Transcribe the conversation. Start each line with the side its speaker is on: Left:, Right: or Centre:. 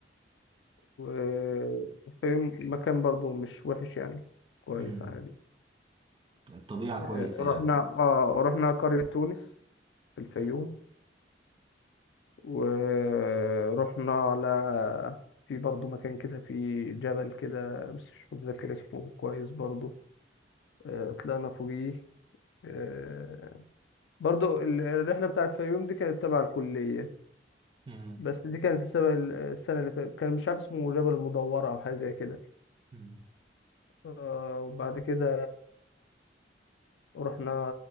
Left: والفيوم مكان برضو مش وحش يعني كويس
Right: مم.
Left: عادي
Right: الطبيعة
Left: آه،
Right: كويسة
Left: رحنا
Right: يعني
Left: اه رحنا قرية تونس في الفيوم
Right: مم.
Left: ورحنا على في برضو مكان كده في جبل كده بس مش متذكر اسمه كويس برضو آه، طلعنا فوقيه آه، برضو ال- الرحلة بتاع الفيوم دي كانت تبع الكلية
Right: مم.
Left: بس دي كانت السنة السنة اللي فاتت كان مش عارف اسمه جبل المدورة أو حاجة زي كده
Right: مم.
Left: آه، وبعد كده رحنا